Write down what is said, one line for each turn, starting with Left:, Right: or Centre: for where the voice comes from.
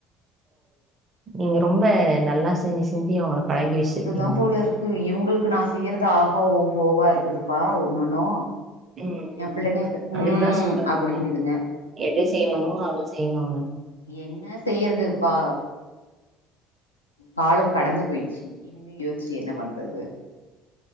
Right: நீங்க ரொம்ப நல்லா செஞ்சி செஞ்சி அவங்கள பழகி வச்சிருக்கீங்க.
Left: அதுதா போலர்க்கு இவுங்ளுக்கு நா செய்யறது ஆஹா ஓஹோவா இருக்குதுப்பா ஒன்னொன்னு
Right: ம்.
Left: ஏ பிள்ளைங்களுக்கு
Right: அதுக்கு
Left: ம்
Right: தான் சொல்றதுங்க.
Left: அப்டிங்குதுங்க
Right: எது செய்ணுமோ அது செய்ணுங்க
Left: என்ன செய்யறதுபா காலம் கடந்து பொய்ட்ச்சி இனிமே யோஷ்ச்சு என்ன பண்றது